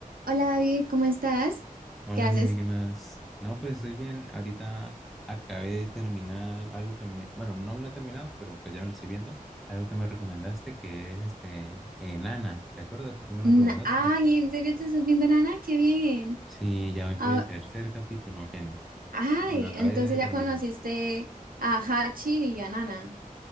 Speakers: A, on the right; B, in the centre.
A: Hola David, ¿cómo estás?
B: Hola,
A: ¿Qué haces?
B: Jime, ¿qué más? No, pues estoy bien. Ahorita acabé de terminar algo que me, bueno, no lo he terminado, pero pues ya me lo estoy viendo. Algo que me recomendaste que es este eh, Nana. ¿Te acuerdas que tú me lo
A: Na-
B: recomendaste?
A: Ay, ¿en serio te estás viendo Nana? ¡Qué bien!
B: Sí, ya voy por
A: Ah,
B: el tercer capítulo apenas.
A: ay,
B: Me lo acabé
A: entonces
B: de terminar.
A: ya conociste a Hachi y a Nana.